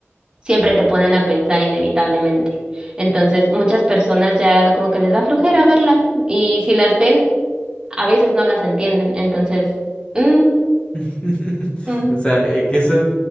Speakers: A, on the right (about 20°); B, on the left (about 20°).
A: siempre te ponen a pensar inevitablemente. Entonces, muchas personas ya como que les da flojera verlas y si las ven, a veces no las entienden. Entonces, mm,
B: <laughs>
A: mm.
B: O sea, es que eso.